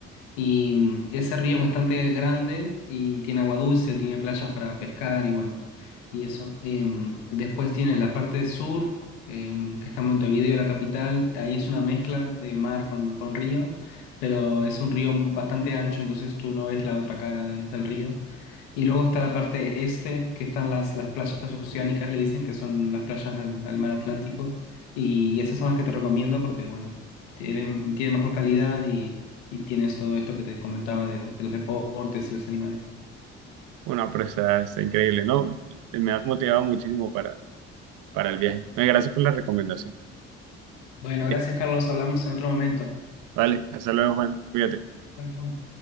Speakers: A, on the left (about 75°); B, on the right (about 60°).
A: Y mm, ese río es bastante grande y tiene agua dulce, tiene playas para pescar y bueno, y eso. Em, después tienes la parte sur, em, que está en Montevideo, la capital. Ahí es una mezcla de mar con, con río, pero es un río bastante ancho, entonces tú no ves la otra cara de- del río. Y luego está la parte este, que están las, las playas oceánicas, le dicen, que son las playas al, al mar Atlántico. Y esas son las que te recomiendo porque, bueno, tienen, tienen mejor calidad y, y tienes todo esto que te comentaba de, de los deportes y los animales.
B: Bueno, pero está, está increíble, ¿no? Me has motivado muchísimo para, para el viaje. Eh, Gracias por la recomendación.
A: Bueno,
B: Eh,
A: gracias, Carlos. Hablamos en otro momento.
B: Vale, hasta luego, Juan. Cuídate.
A: Hasta luego.